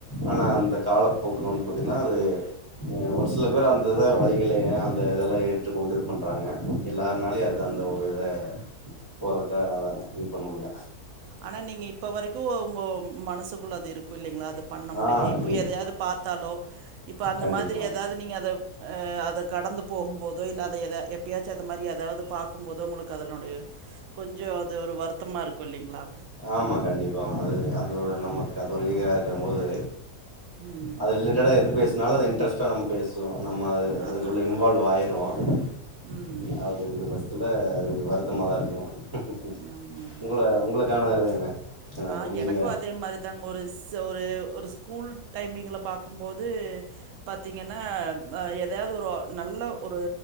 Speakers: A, on the right; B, on the right.
A: ஆனா அந்த காலப்போக்கும் பாத்தீங்கன்னா அது ஒரு சில பேர் அந்த வழிகளை அந்த இதெல்லாம் ஏற்றுக்கொண்டு விடுது பண்றாங்க எல்லாருனாலு அது
B: ம்
A: அந்த ஒரு இதை போகிறதுக்காக அதை இது பண்ண முல
B: ஆனா நீங்க இப்ப வரைக்கும் உங்க மனசுக்குள்ள அது இருக்கும் இல்லைங்களா அது பண்ண முடியல
A: ஆ
B: இப்ப
A: இருக்கு
B: எதாயாவது பார்த்தாலோ இப்ப அந்த
A: கண்டிப்பாங்க
B: மாதிரி ஏதாவது நீங்க அத அத கட டந்து போகும்போதோ இல்லாத எத எப்பயாச்சும் அந்த மாதிரி ஏதாவது பார்க்கும் போதோ உங்களுக்கு அதனுடைய கொஞ்சம் அது ஒரு வருத்தமா இருக்கும் இல்லைங்களா
A: ஆமா கண்டிப்பா அது அந்த நமக்கு <unintelligible> இருக்கும் போது
B: ம்.
A: அது ரிலேட்டடா எது பேசினாலும் அது இன்ட்ரெஸ்ட்டா நம்ம பேசுவோம் இப்ப நம்ம அது அதுக்குள்ள
B: அதான் அதான்.
A: இன்வால்வ் ஆயிரிடும் <unintelligible>
B: ம்.
A: இருக்கிற த்துல அது வருத்தமா தான் இருக்கும்
B: ம்.
A: உங்க
B: ஆமாமா.
A: உங்களுக்கான
B: இரு
A: இது என்ன எனக்கு
B: ஆ
A: நீங்க
B: எனக்கும் அதே மாதிரிதாங்க ஒரு ஒரு ஒரு ஸ்கூல் டைமிங்ல பாக்கும்போது பார்த்தீங்கன்னா ஏதாவது ஒரு நல்ல ஒரு